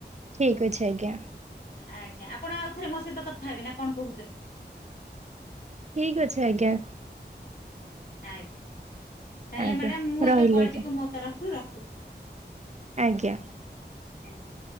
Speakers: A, on the right; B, on the left.
A: ଠିକ ଅଛି ଆଜ୍ଞା
B: ଆ ଆଜ୍ଞା ଆପଣ ଆଉ ଥରେ ମୋ ସହିତ କଥା ହେବେ ନା କଣ କହୁଛନ୍ତି?
A: ଠିକ ଅଛି ଆଜ୍ଞା।
B: ଆଜ୍ଞା ଆଜ୍ଞା ତାହେଲେ
A: ଆଜ୍ଞା
B: ମ୍ୟାଡ଼ାମ ମୁଁ
A: ରହିଲି
B: ଏବେ କଲଟିକୁ
A: ଆଜ୍ଞା
B: ମୋ ତରଫରୁ ରଖୁଛି।
A: ଆଜ୍ଞା।
B: ଆଜ୍ଞା।